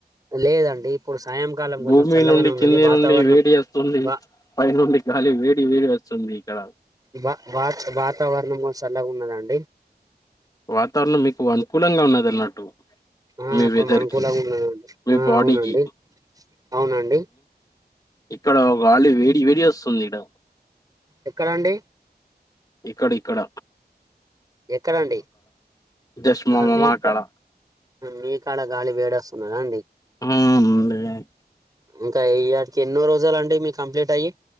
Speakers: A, on the right; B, on the left.
A: లేదండి ఇప్పుడు సాయంకాలం కొంచెం
B: భూమి
A: చల్లగానే
B: నుండి
A: ఉన్నది
B: కింది
A: వాతావరణం
B: నుండి వేడి ఆస్తుంది
A: వా
B: పై నుండి గాలి వేడి వేడి ఆస్తుంది ఇక్కడ
A: వా వాత వాతావరణం సల్లగా ఉన్నదండి
B: వాతావరణం మీకు అనుకూలంగా ఉన్నదన్నట్టు
A: ఆ
B: మీ వెదర్
A: కొంచెం అనుకూలంగా
B: కి
A: ఉన్నదండి
B: మీ
A: ఆ
B: బాడీకి
A: అవునండి అవునండి
B: ఇక్కడ వాలి వేడి వేడి అస్తుంది ఇడ
A: ఎక్కడండి
B: ఇక్కడిక్కడ
A: ఎక్కడండి
B: జస్ట్ మా
A: ఆహా మీక
B: మా కాడ
A: మీకాడ గాలి వేడస్తున్నదా అండి
B: ఆ అవునండి
A: ఇంకా ఇయాటికి ఎన్నో రోజలుండి మీ కంప్లీట్ అయ్యి